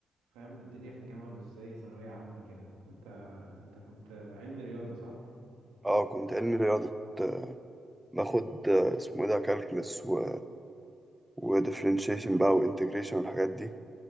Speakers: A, on the right (about 80°); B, in the centre.
A: فاهم الدنيا في الجامعه مش زي ثانويه عامه كده انت انت كنت علمي رياضه صح
B: اه كنت علمي رياضة كنت باخد آه، اسمه ايه ده كالكلس و... وديفرنشيشن بقى وانتجريشن والحاجات دي